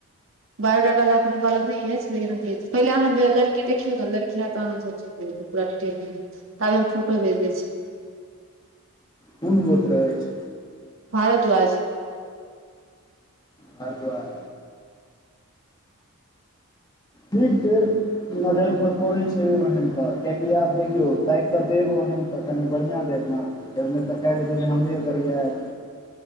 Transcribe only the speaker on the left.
कुन गोत्र अइछ?
भारद्वाज। ठीक छै। नजर पर पड़ैत छै ओहन त कियकि आब देखियौ ताकि कऽ देब ओहन त कनि बढ़िआँ देब ने। फेर नय तऽ काल्हि ने त हमरे गरियैब।